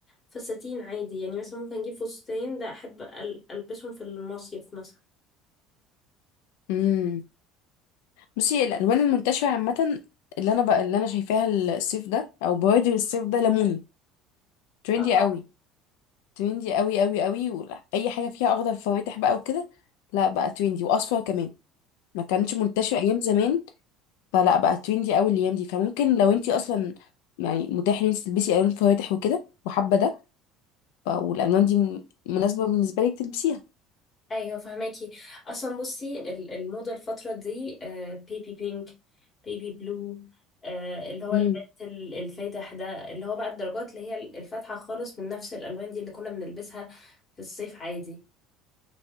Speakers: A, on the left (about 30°); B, on the left (about 85°).
A: فساتين عادي يعني مثلا ممكن اجيب فستان ده احب أل- البسهم في المصيف مثلا
B: امم بصي الالوان المنتشره عامه اللي انا بقى اللي انا شايفاها الصيف ده او بوادر الصيف ده ليموني تريندي
A: اه
B: قوي تريندي قوي قوي قوي واي حاجه فيها اخضر فواتح بقى وكده لا بقى تريندي واصفر كمان ما كانش منتشر ايام زمان فلا بقى تريندي قوي الايام دي فممكن لو انت اصلا يعني متاح ان انت تلبسي الوان فواتح وكده وحابه ده ف- والالوان دي م- مناسبه بالنسبه لك تلبسيها
A: ايوه فهماكي اصلا بصي ال- الموضه الفتره دي آه، بيبي بينك بيبي بلو آه، اللي هو
B: مم.
A: المنت ال- الفاتح ده اللي هو بقى الدرجات اللي هي ال- الفاتحه خالص من نفس الالوان دي اللي كنا بنلبسها في الصيف عادي